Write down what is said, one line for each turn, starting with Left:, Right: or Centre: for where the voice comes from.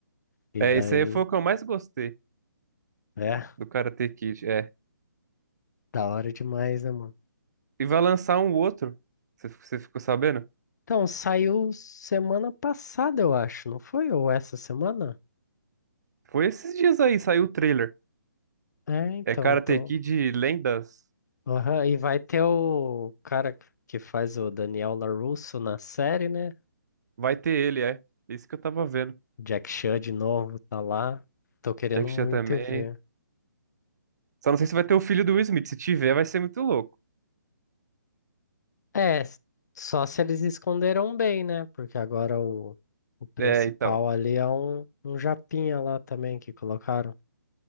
Left: E
Right: É,
Left: daí,
Right: isso aí foi o que eu mais gostei
Left: é,
Right: do Karate Kid, é.
Left: da hora demais, né, mano?
Right: E vai lançar um outro, você você ficou sabendo?
Left: Então, saiu semana passada, eu acho, não foi? Ou essa semana?
Right: Foi esses dias aí, saiu o trailer.
Left: É, então,
Right: É Karate
Left: eu tô.
Right: Kid Lendas.
Left: Aham, E vai ter o cara que faz o Daniel LaRusso na série, né?
Right: Vai ter ele, é. Isso que eu tava vendo.
Left: Jack Chan de novo tá lá. Tô querendo
Right: Jack
Left: muito
Right: Chan também.
Left: ir ver.
Right: Só não sei se vai ter o filho do Will Smith. Se tiver, vai ser muito louco.
Left: É, s- só se eles esconderam bem, né? Porque agora o, o principal
Right: É, então.
Left: ali é um, um japinha lá também que colocaram.